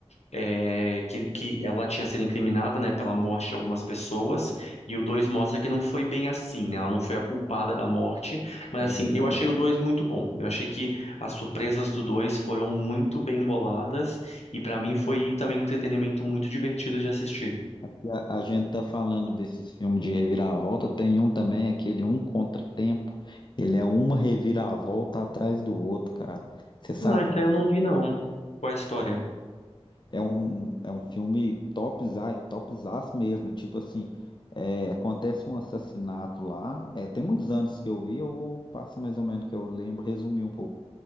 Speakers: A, on the left; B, on the left.
A: é, que, que ela tinha sido incriminada, né, pela morte de algumas pessoas,
B: Uhum.
A: e o 2 mostra que não foi bem assim, né, ela não foi a culpada da morte, mas
B: É verdade.
A: assim, eu achei o 2 muito bom. Eu achei que as surpresas do 2 foram muito bem boladas, e pra mim foi também um entretenimento muito divertido de assistir.
B: E A, a gente tá falando desses filmes de reviravolta, tem um também, aquele Um Contratempo. Ele é uma reviravolta atrás do outro, cara. Você sabe
A: Não, esse
B: qual
A: aí eu
B: filme?
A: não vi, não. Qual é a história?
B: É um, é um filme topza, topzaço mesmo. Tipo assim, é, acontece um assassinato lá. É, tem muitos anos que eu vi, eu vou passar mais ou menos que eu lembro, resumir um pouco.